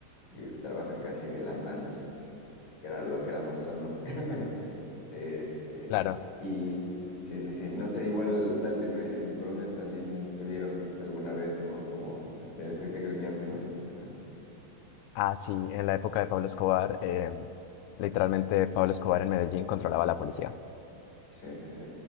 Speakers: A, on the left (about 40°); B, on the left (about 85°).
A: vi- trabajan casi de la mano, que era lo queramos o no. <laughs> Este,
B: Claro.
A: y sí, sí, sí, no sé, igual tal, en, en Colombia también tuvieron alguna vez, ¿no? Como Artemisa, ahorita creo que ya menos. Ajá.
B: Ah, sí, en la época de Pablo Escobar, eh, literalmente Pablo Escobar en Medellín controlaba a la policía.
A: Sí, sí, sí.